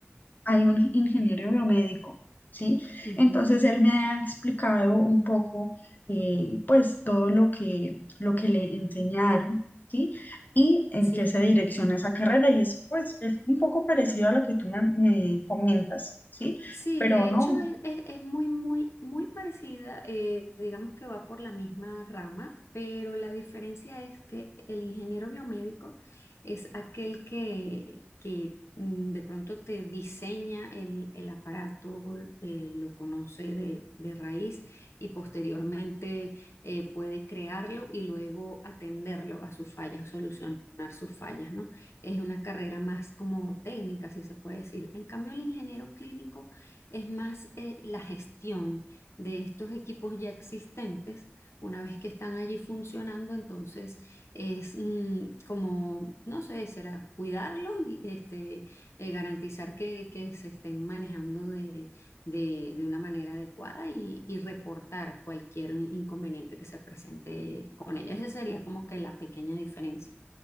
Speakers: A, on the left; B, on the left.
A: hay un ingeniero biomédico, ¿sí?
B: Ujú,
A: Entonces él me ha explicado un poco, eh, pues, todo lo que, lo que le enseñaron, ¿sí? Y en
B: Sí.
A: qué se direcciona esa carrera. Y es, pues, es un poco parecido a lo que tú me, me comentas, ¿sí?
B: Sí,
A: Pero
B: de
A: no.
B: hecho es, es- es muy, muy, muy parecida, eh, digamos que va por la misma rama, pero la diferencia es que el ingeniero biomédico es aquel que, que mm, de pronto te diseña el, el aparato, eh, lo conoce de, de raíz y posteriormente eh, puede crearlo y luego atenderlo a sus fallas, solucionar sus fallas, ¿no? Es una carrera más como técnica, si se puede decir. En cambio, el ingeniero clínico es más eh, la gestión de estos equipos ya existentes, una vez que están allí funcionando, entonces es mm, como, no sé, será cuidarlos y este, eh, garantizar que, que se estén manejando de, de- de una manera adecuada y, y reportar cualquier inconveniente que se presente con ellos. Esa sería como que la pequeña diferencia.